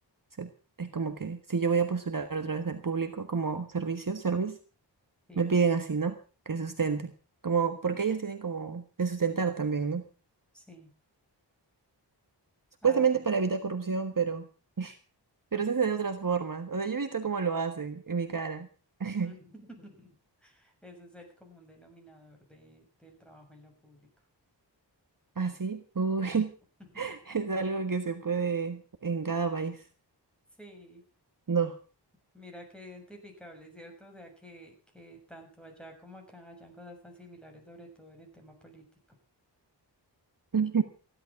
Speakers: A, on the right; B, in the centre.
A: O sea, es como que si yo voy a postular otra vez al público como servicio, service,
B: sí,
A: me piden así, ¿no? Que sustenten. Como, porque ellos tienen como que sustentar también, ¿no?
B: sí.
A: Supuestamente
B: Ay.
A: para evitar corrupción, pero, pero
B: <laughs>
A: se hace de otras formas. O sea, yo he visto cómo lo hacen en mi cara. <laughs>
B: <laughs> Ese es el común denominador de, del trabajo en lo público.
A: Así, uy,
B: <laughs>
A: <laughs> es algo que se puede en cada país.
B: Sí.
A: No.
B: Mira qué identificable, ¿cierto? O sea, que, que tanto allá como acá hayan cosas tan similares, sobre todo en el tema político.
A: <laughs>